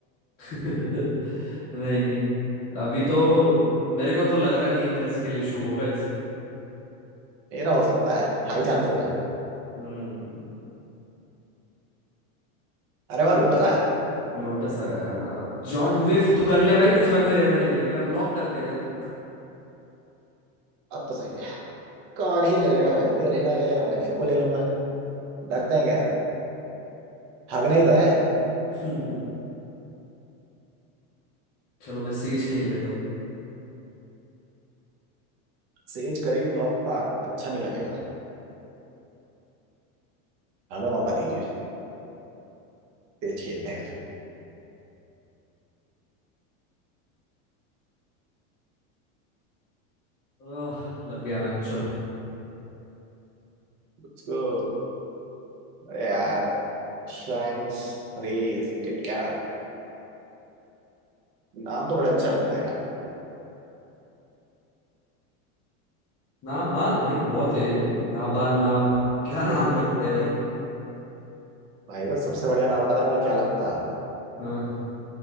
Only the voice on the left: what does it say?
<laughs> नहीं नहीं अभी तो मेरे को तो लग रहा नहीं है मेरा स्किल इशू होगा इसमें
हम्म
लोटस आया जॉन विफ तू कर ले भाई दूसरा कोई रहना ले लेगा लॉक करते जा तू
<laughs> चलो मैं सेज खेल लेता हूँ
आह, लग गया मैच चलो
नाम हाँ भाई बहुत है ये देखो नाबान नाब क्या <laughs> नाम रखते हैं भाई
हाँ